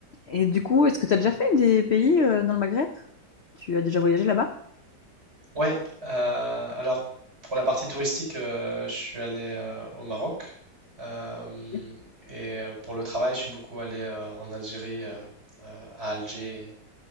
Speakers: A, on the left; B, on the right.
A: Et du coup, est-ce que tu as déjà fait des pays euh, dans le Maghreb? Tu as déjà voyagé là-bas?
B: Ouais, euh, alors pour la partie touristique, euh, je suis allé euh, au Maroc euh,
A: Ok,
B: et euh, pour le travail, je suis beaucoup allé euh, en Algérie, euh, euh, à Alger